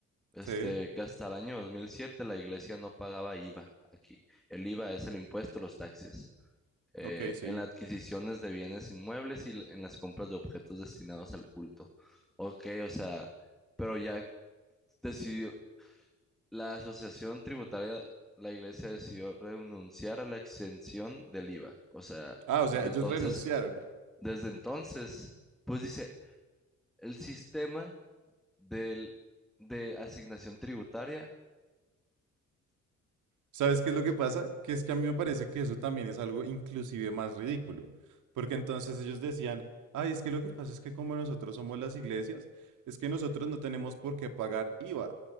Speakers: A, in the centre; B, on the right.
A: este,
B: Sí,
A: que hasta el año 2007 la iglesia no pagaba IVA aquí. El IVA es el impuesto a los taxis. eh,
B: ok, sí.
A: en las adquisiciones de bienes inmuebles y l- en las compras de objetos destinados al culto. Ok, o sea, pero ya decidió, la asociación tributaria, la iglesia decidió renunciar a la exención del IVA. O sea,
B: Ah, o
A: desde
B: sea, ellos
A: entonces,
B: renunciaron.
A: desde entonces, pues dice, el sistema del, de asignación tributaria,
B: ¿Sabes qué es lo que pasa? Que es que a mí me parece que eso también es algo inclusive más ridículo, porque entonces ellos decían, ay, es que lo que pasa es que como nosotros somos las iglesias, es que nosotros no tenemos por qué pagar IVA.